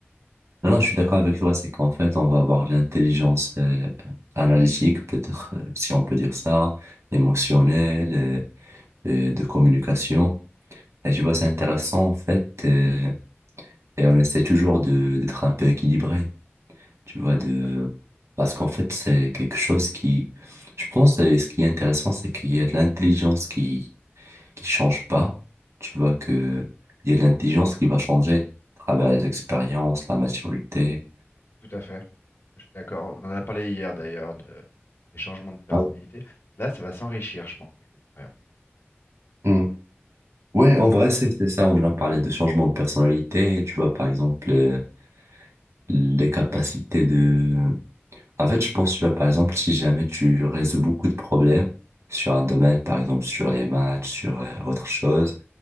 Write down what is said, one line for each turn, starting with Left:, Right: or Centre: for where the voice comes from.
Right: Non, non, je suis d'accord avec toi, c'est qu'en fait, on va avoir de l'intelligence euh, analytique, peut-être, euh, si on peut dire ça, émotionnelle, euh, euh, de communication. Et tu vois, c'est intéressant, en fait. euh, Et on essaie toujours de d'être un peu équilibré, tu vois,
Left: Hein,
Right: de
Left: tout à fait.
Right: parce qu'en fait, c'est quelque chose qui je pense et ce qui est intéressant, c'est qu'il y a de l'intelligence qui qui change pas. Tu vois que il y a de l'intelligence qui va changer à travers les expériences, la maturité.
Left: Tout à fait. Je suis d'accord. On en a parlé hier d'ailleurs de- des changements de personnalité.
Right: Ah oui.
Left: Là, ça va s'enrichir, je pense, avec l'expérience.
Right: Mm. Ouais,
Left: Hein,
Right: en vrai, c'est c'est ça, on en a parlé de changement de personnalité, tu vois, par exemple, euh, les capacités de En fait, je pense, tu vois, par exemple, si jamais tu résous beaucoup de problèmes sur un domaine, par exemple sur les maths, sur euh, autre chose,